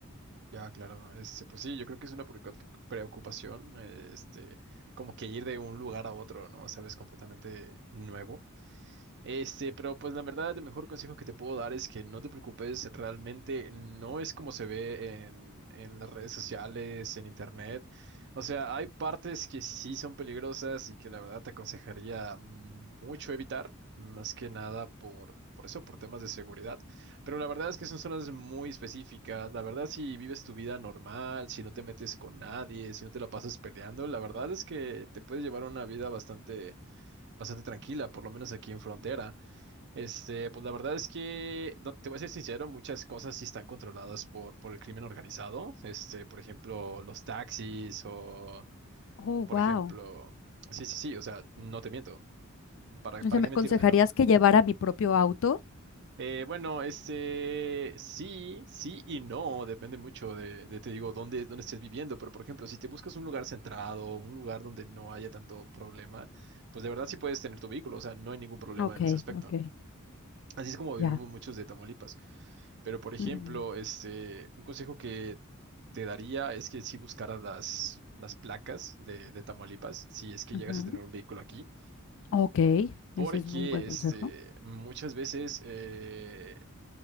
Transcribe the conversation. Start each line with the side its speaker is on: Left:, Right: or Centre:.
Right: Ya, claro, este, pues sí, yo creo que es una preocupa- preocupación, eh, este, como que ir de un lugar a otro, ¿no? Sabes, completamente nuevo. Este, pero pues la verdad, el mejor consejo que te puedo dar es que no te preocupes, realmente no es como se ve en, en las redes sociales, en internet. O sea, hay partes que sí son peligrosas y que la verdad te aconsejaría mucho evitar, más que nada por, por eso, por temas de seguridad. Pero la verdad es que son zonas muy específicas. La verdad, si vives tu vida normal, si no te metes con nadie, si no te la pasas peleando, la verdad es que te puedes llevar una vida bastante, bastante tranquila, por lo menos aquí en frontera. Este, pues la verdad es que, no, te voy a ser sincero, muchas cosas sí están controladas por, por el crimen organizado. Este, por ejemplo, los taxis o,
Left: Oh,
Right: por
Left: wow.
Right: ejemplo, sí, sí, sí, o sea, no te miento. ¿Para, para
Left: O sea,
Right: qué
Left: ¿me aconsejarías
Right: mentirte, no?
Left: que llevara mi propio auto?
Right: Eh, bueno, este, sí, sí y no, depende mucho de, de, te digo, dónde, dónde estés viviendo, pero por ejemplo, si te buscas un lugar centrado, un lugar donde no haya tanto problema, pues de verdad sí puedes tener tu vehículo, o sea, no hay ningún problema
Left: Ok,
Right: en ese aspecto.
Left: ok,
Right: Así es como vivimos
Left: ya.
Right: muchos de Tamaulipas. Pero, por ejemplo,
Left: Mm,
Right: este, un consejo que te daría es que si buscaras las, las placas de, de Tamaulipas, si es que
Left: ujú.
Right: llegas a tener un vehículo aquí,
Left: Ok,
Right: porque
Left: ese es un buen consejo.
Right: este, muchas veces eh,